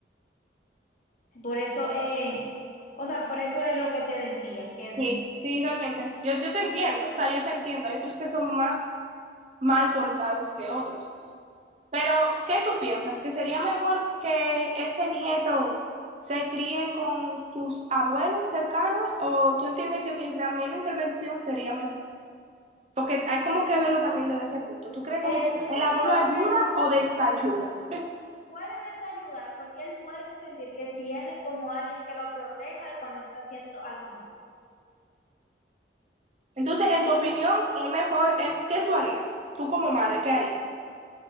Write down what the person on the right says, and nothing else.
Sí, sí, realmente. Yo, yo te entiendo, o sea, yo te entiendo. Hay otros que son más mal portados que otros. Pero, ¿qué tú piensas? ¿Que sería mejor que este nieto se críe con sus abuelos cercanos o tú entiendes que mientras menos intervención sería mejor? Porque hay como que verlo también desde ese punto. ¿Tú crees
como que
el
abuelo ayuda
o desayuda?
Entonces, en tu opinión, es mejor, em, ¿qué tú harías? Tú como madre, ¿qué harías?